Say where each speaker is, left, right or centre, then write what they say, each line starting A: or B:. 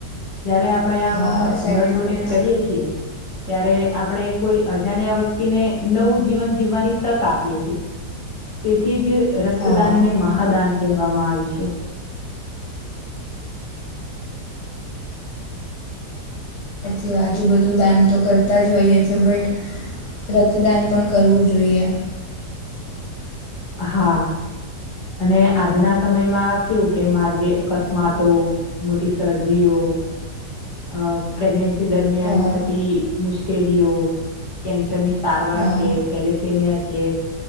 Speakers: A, on the left; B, on the left.
A: જ્યારે. આપણે આમ
B: હા સાચી
A: બ્લડ ડોનેટ
B: વાત
A: કરીએ છીએ ત્યારે આપણે કોઈ અજાને આ વ્યક્તિને નવું જીવન જીવવાની તક આપીએ છી. તેથી જ રક્તદાનને
B: હા
A: મહાદાન કહેવામાં આવ્યું છે.
B: સા સીવા આજુબધુ દાન તો કરતા જ હોઈએ છેએ બટ રક્તદાન પણ કરવું જોઈએ.
A: <inaudible> હા અને આજના સમયમાં કેવું કે માર્ગે અકસ્માતો મોટી સરજીઓ. <inaudible> અ પ્રેગ્નેન્સી દરમિયાન
B: હા
A: થતી મુશ્કેલીઓ કેન્સરની સારવાર
B: હા
A: છે થેલેસેમિયા છે.